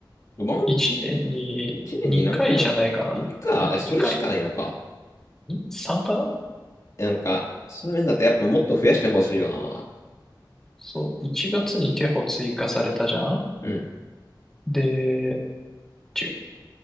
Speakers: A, on the left; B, in the centre.
A: ワン、
B: 1年に2回じゃないかな。
A: 一年に何キャラなの ?2 か。
B: え
A: え、それしかないのか。
B: ?2 回 ?3 かな
A: なんか、そういう面だとやっぱもっと増やしてほしいよな。
B: そう、1月にテホ追加されたじゃん
A: うん。
B: で、違